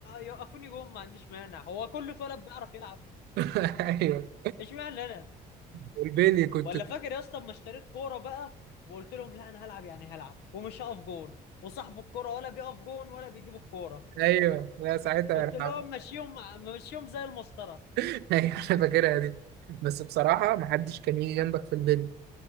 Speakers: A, on the left (about 80°); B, on the right (about 75°).
A: يوقفوني جوه ما عنديش مانع هو كله اتولد بيعرف يلعب
B: <laughs> ايوه
A: اشمعنى انا
B: والبيلي كنت
A: ولا فاكر يا اسطى اما اشتريت كوره بقى وقلت لهم لا انا هلعب يعني هلعب ومش هقف جون وصاحب الكوره ولا بيقف جون ولا بيجيب الكوره
B: ايوه لا ساعتها
A: قلت
B: يرحم
A: لهم ماشيهم ماشيهم زي المسطره
B: <laughs> ايوه انا فاكرها دي بس بصراحه ما حدش كان يجي جنبك في البيل